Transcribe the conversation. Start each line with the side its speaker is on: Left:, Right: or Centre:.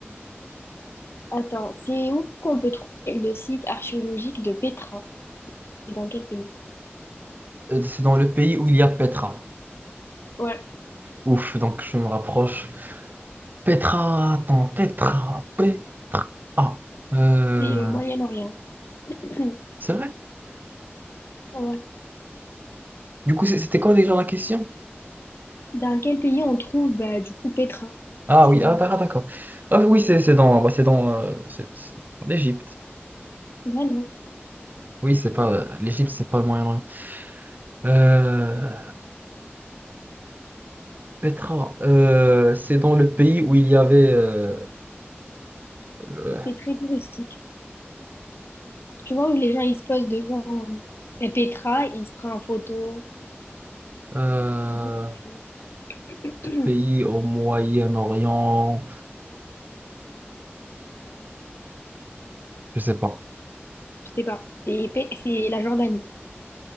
Left: Attends, c'est où qu'on peut trouver le site archéologique de Petra? C'est dans quel pays?
Right: Euh, C'est dans le pays où il y a Petra.
Left: Ouais,
Right: Ouf, donc je me rapproche. Petra, attends, Petra, Petra. Ah, euh,
Left: c'est au Moyen-Orient. <clears throat>
Right: c'est vrai?
Left: Ouais.
Right: Du coup, c'est- c'était quoi déjà la question?
Left: Dans quel pays on trouve bah, du coup Petra?
Right: Ah
Left: C'est
Right: oui, ah,
Left: euh,
Right: ah, d'accord. Ah oui, c'est c'est dans, bah, c'est dans, euh, c'est- c'est dans l'Égypte.
Left: bah non,
Right: Oui, c'est pas euh, l'Égypte, c'est pas le Moyen-Orient. Euh, Petra, euh, c'est dans le pays où il y avait euh, le
Left: c'est très touristique. Tu vois où les gens ils se posent devant euh, Petra, ils se prennent en photo.
Right: euh,
Left: C'est beau, c'est tout. <clears throat>
Right: pays au Moyen-Orient. Je sais pas.
Left: Je sais pas. C'est Pe- c'est la Jordanie.